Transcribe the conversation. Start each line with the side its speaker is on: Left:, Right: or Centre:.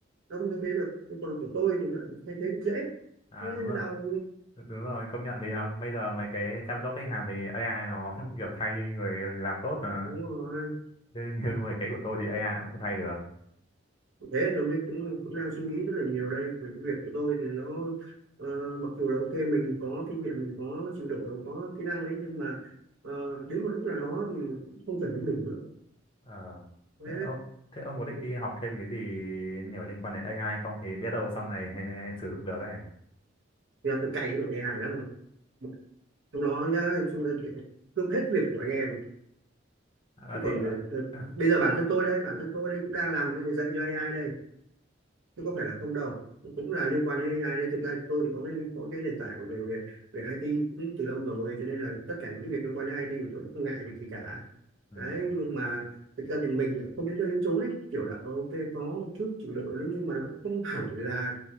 Right: nó không thay thế được nhưng còn của tôi thì nó lại thay thế được dễ
Left: À
Right: Thế mới
Left: đúng rồi,
Right: đau
Left: đúng rồi, công nhận thì à, bây giờ mấy cái chăm sóc khách hàng thì AI nó <laughs> kiểu thay đi người làm tốt mà.
Right: đúng rồi
Left: Chứ như mấy cái của tôi thì AI nó cũng không thay được.
Right: thế tôi mới cũng, cũng đang suy nghĩ rất là nhiều đây về cái việc của tôi thì nó ờ, mặc dù là ok mình có kinh nghiệm mình có trình độ có kỹ năng đấy nhưng mà ờ, đến một lúc nào đó thì cũng không cần đến mình nữa
Left: Ờ,
Right: thế
Left: Thế ông thế ông có định đi học thêm cái gì nhiều liên quan đến AI không thì biết đâu sau này <laughs> sử dụng được ấy.
Right: thì là tôi cày cái đội AI lắm mà chúng nó nhá chúng nó cướp hết việc của anh em
Left: Ờ,
Right: chứ
Left: thì
Right: còn
Left: ờ,
Right: ờ, ờ,
Left: <laughs>
Right: bây giờ bản thân tôi đây bản thân tôi đây cũng đang làm cái này dạy cho AI đây chứ có phải là không đâu cũng là liên quan đến AI đây thực ra tôi thì có cái có cái nền tảng về về, về IT cũng từ lâu rồi cho nên là tất cả những cái việc liên quan đến IT thì tôi cũng không ngại việc gì cả
Left: ừ.
Right: đấy nhưng mà thực ra thì mình lại không đến nơi đến chốn ấy kiểu là ờ, ok có một chút trình độ đấy nhưng mà nó không hẳn là